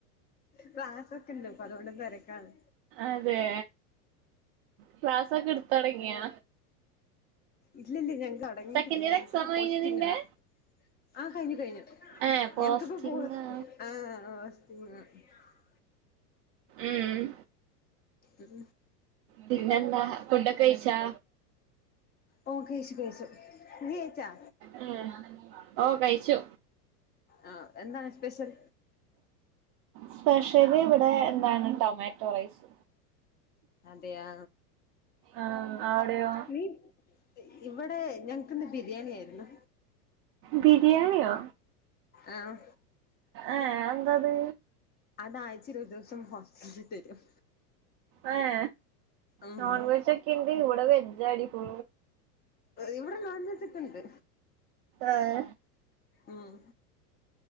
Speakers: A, on the left (about 20°); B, on the right (about 25°).
A: ക്ലാസ്സൊക്കെണ്ട് ഇപ്പം അതോണ്ട് തിരക്കാണ്
B: അതെ ക്ലാസൊക്കെ എടുത്ത് തുടങ്ങിയാ
A: ഇല്ലല്ല ഞങ്ങക്ക് തുടങ്ങിയിട്ടില്ല
B: സെക്കൻഡ് ഇയർ
A: ഞങ്ങക്കിപ്പോ
B: എക്സാം കഴിഞ്ഞോ
A: പോസ്റ്റിംഗ്
B: നിന്റെ
A: ആണ് ആ കഴിഞ്ഞു കഴിഞ്ഞു
B: ഏഹ് പോസ്റ്റിംഗാ
A: ഞങ്ങക്കിപ്പ പോ ആ <unintelligible>
B: ഉം
A: ഉം
B: പിന്നെന്താ ഫുഡൊക്കെ കഴിച്ചാ
A: ഓ കഴിച്ചു കഴിച്ചു നീ കഴിച്ചാ
B: <unintelligible> ഓ കഴിച്ചു
A: ആ എന്താണ് സ്പെഷ്യൽ
B: സ്പെഷ്യൽ ഇവിടെ എന്താണ് ടൊമാറ്റോ റൈസ്
A: അതെയോ
B: ആഹ് അവിടെയോ
A: നീ ഇവിടെ ഞങ്ങക്ക് ഇന്ന് ബിരിയാണി ആയിരുന്നു
B: ബിരിയാണിയോ
A: ആഹ്
B: ആഹ എന്താ അത്
A: അതാഴ്ച്ച ഒരു ദിവസം ഹോസ്റ്റലിൽ തരും
B: ആഏ
A: ഉം
B: നോൺവെജൊക്കെ ഇണ്ട് ഇവിടെ വെജ അടിക്കു
A: ഇവിടെ നോൺ വെജൊക്കെ ഉണ്ട്
B: ആഹ
A: ഉം